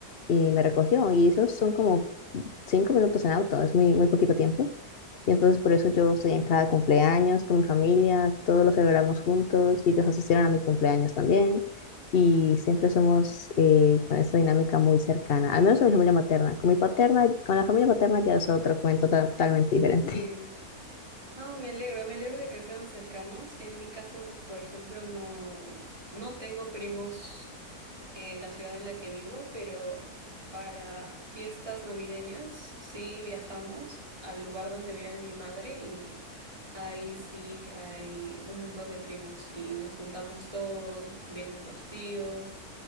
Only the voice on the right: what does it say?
Sí.
No, me alegro, me alegro de que sean cercanos. En mi caso, por ejemplo, no, no tengo primos en la ciudad en la que vivo, pero para fiestas navideñas sí viajamos al lugar donde vive mi madre y ahí sí hay un montón de primos y nos juntamos todos, vienen los tíos